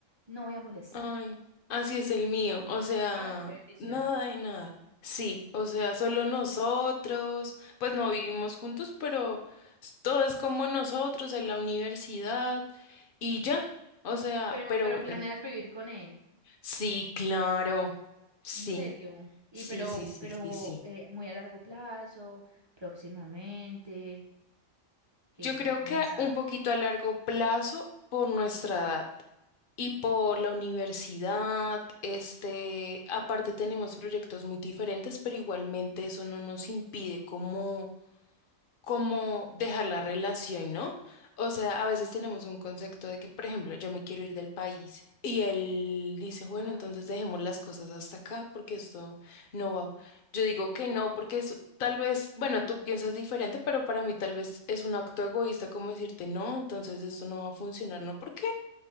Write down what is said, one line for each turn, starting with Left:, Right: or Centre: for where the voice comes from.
Right: no voy a molestar.
Left: Ay, así es el mío, o sea,
Right: Ay, qué bendición.
Left: nada de nada. Sí, o sea,
Right: ¿Qué?
Left: solo
Right: bendición.
Left: nosotros, pues no vivimos juntos, pero s- todo es como nosotros en la universidad y ya, o sea,
Right: Pero,
Left: pero
Right: pero
Left: bueno,
Right: planeas vivir con él,
Left: sí, claro, sí,
Right: en serio. Y
Left: sí,
Right: pero,
Left: sí, sí,
Right: pero
Left: sí, sí.
Right: eh, muy a largo plazo, próximamente. ¿Qué,
Left: Yo creo
Right: qué ha pensado?
Left: que a- un poquito a largo plazo por nuestra edad. Y por la universidad, este, aparte tenemos proyectos muy diferentes, pero igualmente eso no nos impide como, como dejar la relación, ¿no? O sea, a veces tenemos un concepto de que, por ejemplo, yo me quiero ir del país y él dice, bueno,
Right: Ah.
Left: entonces dejemos las cosas hasta acá porque esto no va. Yo digo que no, porque es, tal vez, bueno, tú piensas diferente, pero para mí tal vez es un acto egoísta como decirte, no, entonces esto no va a funcionar, ¿no? ¿Por qué?